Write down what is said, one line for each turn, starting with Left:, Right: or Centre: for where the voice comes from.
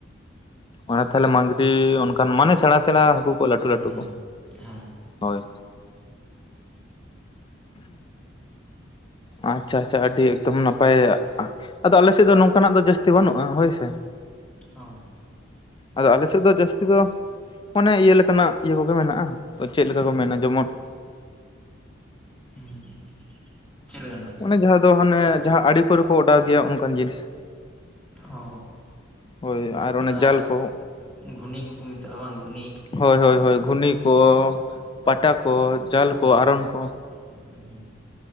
Left: ᱚᱱᱟ ᱛᱟᱦᱚᱞᱮ ᱢᱟᱺᱜᱽᱨᱤ ᱚᱱᱠᱟᱱ ᱢᱟᱱᱮ ᱥᱮᱬᱟ ᱥᱮᱬᱟ ᱦᱟᱹᱠᱩ ᱠᱚ ᱞᱟᱹᱴᱩ
Centre: ᱦᱩᱸ
Left: ᱞᱟᱹᱴᱩ
Centre: ᱦᱩᱸ
Left: ᱠᱚ,
Centre: ᱦᱮᱸ
Left: ᱦᱳᱭ ᱟᱪᱪᱷᱟ ᱟᱪᱪᱷᱟ ᱟᱹᱰᱤ ᱮᱠᱫᱚᱢ ᱱᱟᱯᱟᱭᱟᱜᱼᱟ᱾ ᱟᱫᱚ ᱟᱞᱮ ᱥᱮᱫ ᱫᱚ ᱱᱚᱝᱠᱟᱱᱟᱜ ᱫᱚ ᱡᱟᱹᱥᱛᱤ ᱵᱟᱹᱱᱩᱜᱼᱟ, ᱦᱳᱭ ᱥᱮ᱾
Centre: ᱦᱚᱸ
Left: ᱟᱫᱚ ᱟᱞᱮ ᱥᱮᱫ ᱫᱚ ᱡᱟᱹᱥᱛᱤ ᱫᱚ ᱚᱱᱮ ᱤᱭᱟᱹ ᱞᱮᱠᱟᱱᱟᱜ ᱤᱭᱟᱹ ᱠᱚᱜᱮ ᱢᱮᱱᱟᱜᱼᱟ, ᱛᱚ ᱪᱮᱫ ᱞᱮᱠᱟ ᱠᱚ ᱢᱮᱱᱟ ᱡᱮᱢᱚᱱ
Centre: ᱦᱩᱸ ᱪᱮᱫ ᱞᱮᱠᱟᱱᱟᱜ?
Left: ᱚᱱᱮ ᱡᱟᱦᱟᱸ ᱫᱚ ᱦᱟᱱᱮ ᱡᱟᱦᱟᱸ ᱟᱲᱮ ᱠᱚᱨᱮ ᱠᱚ ᱚᱰᱟᱣ ᱜᱮᱭᱟ ᱚᱱᱠᱟᱱ ᱡᱤᱱᱤᱥ᱾
Centre: ᱚ
Left: ᱦᱳᱭ ᱟᱨ ᱚᱱᱮ
Centre: ᱚᱱᱟ
Left: ᱡᱟᱞ ᱠᱚ
Centre: ᱜᱷᱩᱱᱤ ᱠᱩᱠᱩ ᱢᱮᱛᱟᱜᱼᱟ ᱵᱟᱝ ᱜᱷᱩᱱᱤ᱾
Left: ᱦᱳᱭ ᱦᱳᱭ ᱦᱳᱭ ᱜᱷᱩᱱᱤ ᱠᱚ, ᱯᱟᱴᱟ ᱠᱚ, ᱡᱟᱞ
Centre: ᱦᱩᱸ
Left: ᱠᱚ, ᱟᱨᱚᱱ ᱠᱚ᱾
Centre: ᱦᱩᱸ ᱦᱩᱸ